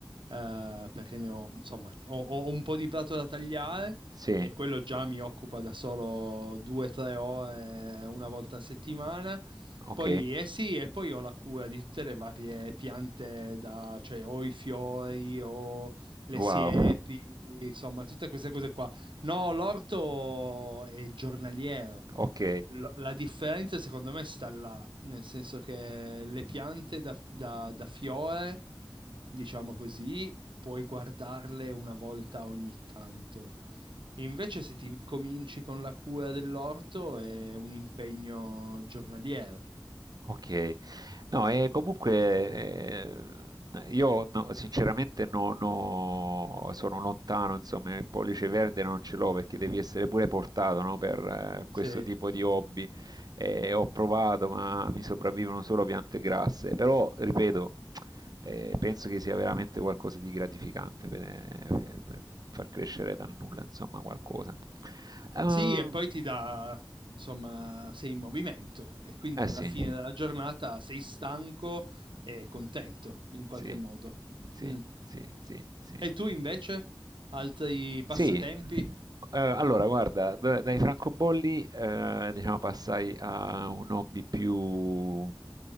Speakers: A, on the right (about 80°); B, on the right (about 50°).
A: eh, perché ne ho, insomma, ho, ho un po' di prato da tagliare
B: Sì,
A: e quello già mi occupa da solo due o tre ore una volta a settimana. Poi,
B: ok,
A: eh sì, e poi ho la cura di tutte le varie piante, da, cioè ho i fiori, ho le
B: wow,
A: siepi, insomma, tutte queste cose qua. No, l'orto è giornaliero.
B: ok.
A: Lo- La differenza secondo me sta là, nel senso che le piante da, da- da fiore, diciamo così, puoi guardarle una volta ogni tanto. Invece se ti cominci con la cura dell'orto è un impegno giornaliero.
B: Ok, no, e comunque eh, io no- sinceramente non ho- sono lontano, insomma, il pollice verde non ce l'ho perché devi essere pure portato, no, per eh, questo
A: Sì.
B: tipo di hobby. Eh, ho provato, ma mi sopravvivono solo piante grasse, però ripeto, eh, penso che sia veramente qualcosa di gratificante per, eh, per far crescere dal nulla, insomma, qualcosa. Ah,
A: Sì, e poi ti dà, insomma, sei in movimento e quindi
B: eh
A: alla
B: sì.
A: fine della giornata sei stanco e contento in qualche
B: Sì,
A: modo.
B: sì,
A: Mm.
B: sì, sì, sì.
A: E tu invece? Altri passatempi?
B: Sì, eh, allora guarda, da- dai francobolli eh, diciamo passai a un hobby più,